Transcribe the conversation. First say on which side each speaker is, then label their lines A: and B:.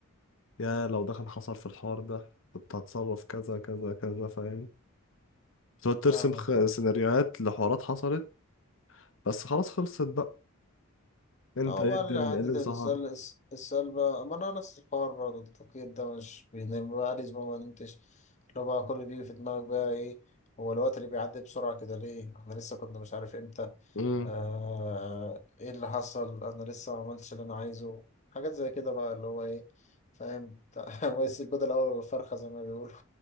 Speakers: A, on the left (about 60°); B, on the left (about 35°).
A: يا لو ده كان حصل في الحوار ده كنت هتصرف كذا كذا كذا فاهم تقعد ترسم
B: فاهمك
A: خ- سيناريوهات لحوارات حصلت بس خلاص خلصت بقى انت
B: هو
A: ايه
B: بقى
A: الدنيا
B: اللي حتة
A: ايه اللي مسهر
B: السل... الس- السلبة ما أنا نفس الحوار برضه التفكير ده مش بينام بقى عادي ما نمتش لو بقى كل اللي بيجي في دماغك بقى إيه هو الوقت اللي بيعدي بسرعة كده ليه إحنا لسه كنا مش عارف إمتى
A: امم
B: آه... إيه اللي حصل أنا لسه ما عملتش اللي أنا عايزه حاجات زي كده بقى اللي هو إيه فاهم <laughs> ما يسيب بدل أول الفرخة زي ما بيقولوا